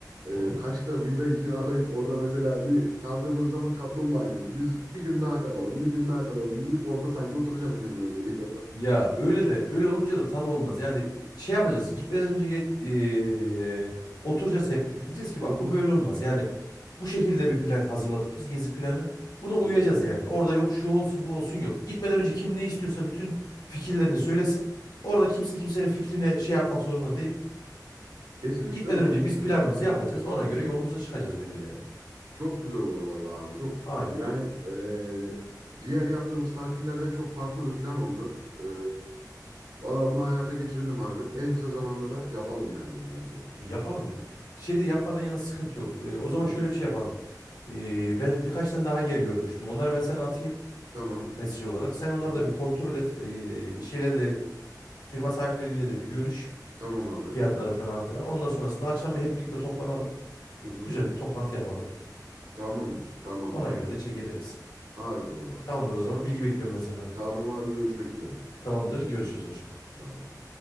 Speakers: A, on the right; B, on the left.
A: E,
B: Hı hı.
A: Kaş'ta villayı kiralayıp orada mesela bir kaldığımız zaman kaplumbağa gibi biz bir gün daha kalalım, bir gün daha kalalım deyip orada sanki oturacağız gibime geliyor.
B: Ya öyle de öyle olunca da tadı olmaz. Yani şey yapacağız. Gitmeden önce ge- eee, oturacağız hep birlikte. Diyeceğiz ki bak
A: <laughs> Hı hı,
B: bu böyle olmaz. Yani bu şekilde bir plan hazırladık. Biz gezi planı. Buna uyacağız
A: hı hı.
B: yani. Orada yok şu olsun bu olsun yok. Gitmeden önce kim ne istiyorsa bütün fikirlerini söylesin. Orada kimse kimsenin fikrine şey yapmak zorunda değil.
A: Kesinlikle
B: Ee, Gitmeden
A: doğru
B: önce
A: söylüyorsun.
B: biz planımızı yapacağız. Ona göre yolumuza çıkacağız bence ya.
A: Çok güzel olur vallahi abi. Çok
B: Aynen.
A: yani e, diğer yaptığımız tatillerden çok farklı bir plan oldu. E, vallahi bunu hayata geçirelim abi. En kısa zamanda da yapalım yani bunu bence.
B: E, Yapalım. Şey de yapmadan yana sıkıntı yok. E, o zaman
A: Hı hı.
B: şöyle bir şey yapalım. E, ben birkaç tane daha yer görmüştüm. Onları ben sana atayım
A: Tamam.
B: mesaj olarak. Sen onları
A: Hı hı.
B: da bir kontrol et. E, şeylerle firma sahipleriyle de bir görüş.
A: Tamam abi.
B: Fiyatları falan filan. Ondan sonrasında akşam bir hep birlikte toplanalım.
A: Hı hı.
B: Güzel bir toplantı yapalım.
A: Tamamdır. Tamamdır
B: Ona
A: abi.
B: göre de çek ederiz.
A: Harika olur abi.
B: Tamamdır o zaman. Bilgi bekliyorum ben senden.
A: Tamam abi görüşmek üzere.
B: Tamamdır. Görüşürüz. Hoşça kal.
A: Sağ ol abi.